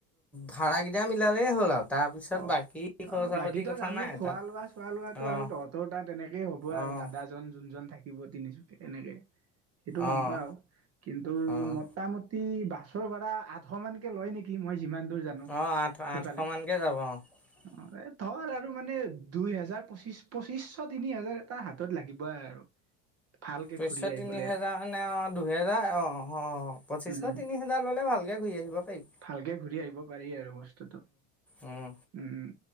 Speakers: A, in the centre; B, on the right.
A: ভাড়াকেইটা মিলালেই হ'ল আৰু তাৰপিছত
B: অ
A: বাকী খৰচা
B: অ বাকীতো
A: পাতি কথা
B: জানো
A: নাই
B: খোৱা
A: তাত
B: লোৱা চোৱা লোৱাাতটো
A: অঁ
B: আৰু তহঁতৰ তাত তেনেকেই হ'ব
A: অঁ
B: আৰু দাদাজন যোনজন থাকে থাকিব তিনিচুকীয়া এনেকে সেইটো
A: অঁ
B: গম পা আৰু কিন্তু
A: অঁ
B: মোটামুটি বাছৰ ভাৰা আঠশ মানকে লয় নেকি মই যিমান দূৰ জানো
A: অঁ আঠ
B: সেইফালে
A: <unintelligible>
B: অ ধৰ আৰু মানে দুই হোজাৰ পঁচিছ পঁচিশ তিনি হোজাৰ এটা হাতত লাগিবই আৰু ভালকে
A: পইচা
B: ঘূৰি আহিবলে
A: তিনি হেজাৰ
B: আৰু
A: নে অ দুহেজাৰ অ অ পঁচিছশ
B: উম
A: তিনি হেজাৰ ললে ভালকে আহিবা পাই
B: তে ঘূৰি আহিব পাৰি আৰু বস্তুটো
A: উম
B: উম